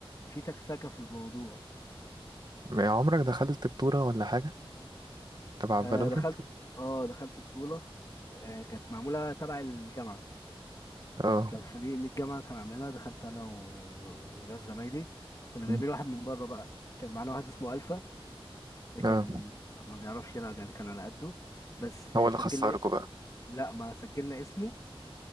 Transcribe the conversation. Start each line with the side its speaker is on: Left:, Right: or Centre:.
Left: في تكسكه في الموضوع
Right: ما عمرك دخلت بطولة ولا حاجة تبع
Left: آه
Right: فالورنت
Left: دخلت اه دخلت بطوله آه كانت معموله تبع الجامعه
Right: اه
Left: كان فريق من الجامعه كان عاملها دخلت انا و... وناس زمايلي كنا
Right: مم.
Left: جايبين واحد من بره بقى كان معانا واحد اسمه الفا ده كان
Right: اه
Left: ما بيعرفش يلعب يعني كان على قده بس
Right: هو اللي
Left: سجلنا
Right: خسركوا بقى
Left: اسمه لا ما سجلنا اسمه